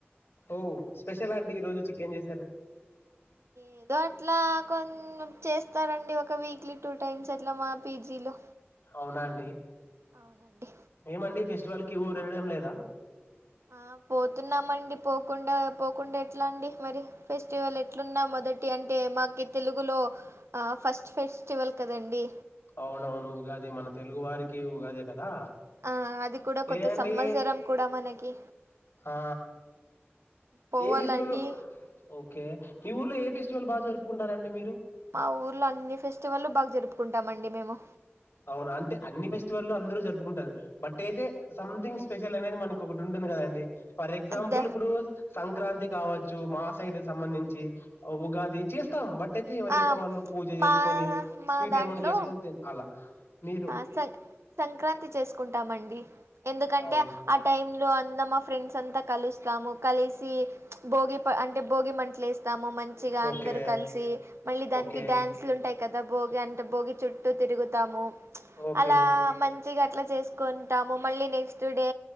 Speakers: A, on the left (about 70°); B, on the right (about 85°).
A: ఓ స్పెషల్ అండి ఈ రోజు చికెన్ చేశారు
B: ఏదో అట్లా కొ చేస్తారండి ఒక వీక్లీ టూ టైమ్స్ అట్లా మా పీజీలో
A: అవునా అండి
B: అవునండి
A: ఏమండీ ఫెస్ట్ స్టివల్ కి ఊరు వెళ్ళడం లేదా
B: ఆ పోతున్నామండి పోకుండా పో కుండా ఎట్లా అండి మరి ఫెస్టివల్ ఎట్లున్నా మొదటి అంటే మాకు తెలుగులో ఫస్ట్ ఫెస్టివల్ కదండి
A: అవునవును ఉగాది మన తెలుగు వారికి ఉగాదే కదా
B: ఆ అది కూడా కొత్త
A: ఏ అండి
B: సంవత్సరం కూడా మనకి
A: ఆ
B: పోవాలండి
A: ఏ ఫెస్టివల్ ఓకే మీ ఊర్లో ఏ ఫెస్టివల్ బాగా జరుపుకుంటన్నారండి మీరు
B: మా ఊర్లో అన్ని ఫెస్టివల్లు బాగా జరుపుతయి కుంటామండి మేము
A: అవునా అంట అన్ని ఫెస్టివల్లు అందరు జరుపుకుంటారు బట్ అయితే సంథింగ్ స్పెషల్ అనేది మనకు ఒకటి ఉంటుంది కదా అండి ఫర్ ఎగ్జాంపుల్
B: అద్ద
A: ఇప్పుడు సంక్రాంతి కావచ్చు మా సైడ్ సంబంధించి ఉగాది చేస్తాం బట్ అయితే ఎవరి
B: ఆ
A: ఇంట్లో వాళ్ళు పూజ చేసుకొని
B: మా మా
A: స్వీట్
B: దాంట్లో
A: ఏమన్నా చేసుకొని తిన్ అలా మీరు
B: ఆ సం సంక్రాంతి చేసుకుంటామండి ఎందుకంటే
A: అవును.
B: ఆ టైంలో అం అంతా మా ఫ్రెండ్స్ అంతా కలుస్తాము కలిసి భోగి ప అంటే భోగి మంటలేస్తాము మంచిగా
A: ఓకే.
B: అందరు కలిసి మళ్ళీ దానికి
A: ఓకే.
B: డాన్సులుంటాయి కదా భోగి అంటే భోగి చుట్టూ తిరుగుతాము
A: ఓకే.
B: అలా మంచిగా అట్లా చేసుకుంటాము మళ్ళీ నెక్స్ట్ డే